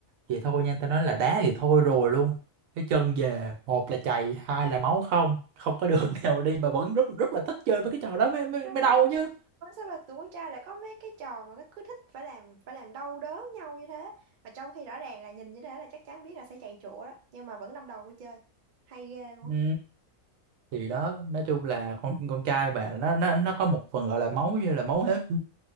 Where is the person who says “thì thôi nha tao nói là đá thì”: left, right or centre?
Right